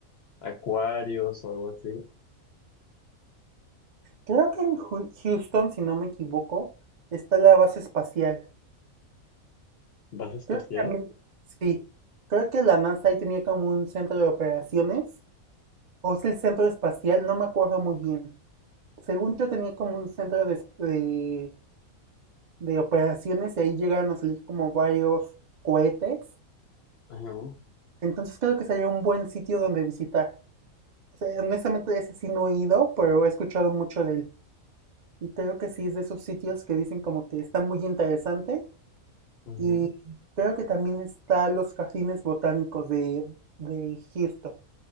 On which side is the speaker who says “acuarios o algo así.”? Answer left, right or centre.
Left